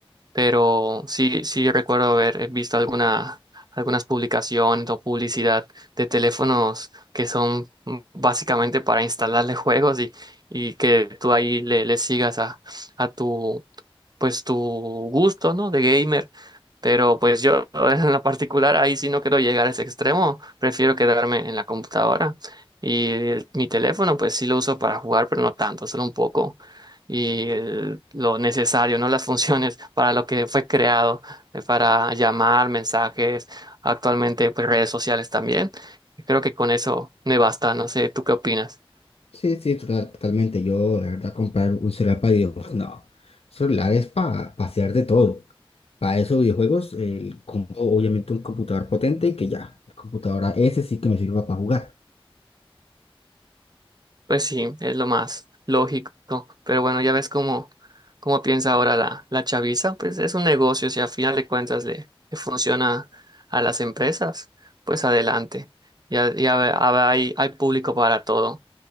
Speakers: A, on the right; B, on the left.
A: pero sí, sí recuerdo haber visto alguna, algunas publicaciones o publicidad de teléfonos que son mm, básicamente para instalarle juegos y, y que tú ahí le, le sigas a, a tu, pues tu gusto, ¿no? De gamer. Pero pues yo <laughs> en la particular ahí sí no quiero llegar a ese extremo, prefiero quedarme en la computadora. Y el- mi teléfono pues sí lo uso para jugar, pero no tanto, solo un poco. Y el- lo necesario, ¿no? Las funciones para lo que fue creado, eh, para llamar, mensajes, actualmente pues redes sociales también. Creo que con eso me basta, no sé, ¿tú qué opinas?
B: Sí, sí, total- totalmente. Yo, la verdad, comprar un celular para videojuegos, no. Celular es para hacer de todo. Para esos videojuegos, el, compro, obviamente un computador potente y que ya, la computadora ese sí que me sirva para jugar,
A: Pues sí, es lo más lógico. Pero bueno, ya ves cómo, cómo piensa ahora la, la chaviza. Pues es un negocio, si a final de cuentas le, le funciona a las empresas, pues adelante. Ya, ya ve- a- hay, hay público para todo.